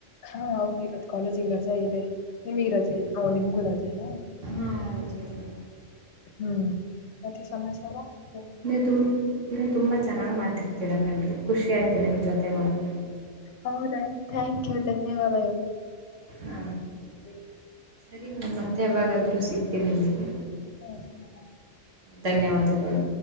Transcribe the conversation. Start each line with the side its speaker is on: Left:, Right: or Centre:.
Left: ಹಾ ಹೌದ ಇವತ್ ಕಾಲೇಜಿಗೆ ರಜಾ ಇದೆ ನಿಮಗ ರಜೆ ಇದೆ ಹ ನಿಮ್ಗೂ ರಜೆನಾ
Right: ಹಾ ರಜೆ ಇದೆ
Left: ಹ್ಮ್ ಮತ್ತೆ ಸಮಾಚಾರ ಆ
Right: ನೀವು ತುಂಬ ನೀವು ತುಂಬ ಚೆನ್ನಾಗಿ ಮಾತಾಡ್ತೀರಾ ಕಣ್ರಿ ಖುಷಿ ಆಯಿತು ನಿಮ್ಮ ಜೊತೆ ಮಾತಾಡಿ.
Left: ಹೌದಾ ಥ್ಯಾಂಕ್ ಯು ಧನ್ಯವಾದಗಳು.
Right: ಹ
Left: ಹ್ಮ
Right: ಸರಿ ನಾನು ಮತ್ತೆ ಯಾವಾಗಾದರೂ ಸಿಗ್ತೀನಿ ನಿಮಗೆ
Left: ಹಓ ಸರ್
Right: ಧನ್ಯವಾದಗಳು.